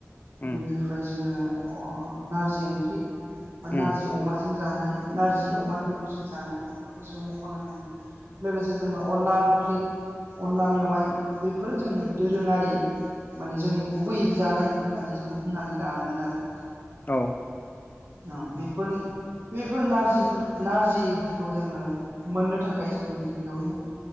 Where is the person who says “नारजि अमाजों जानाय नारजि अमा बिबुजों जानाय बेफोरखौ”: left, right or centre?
Right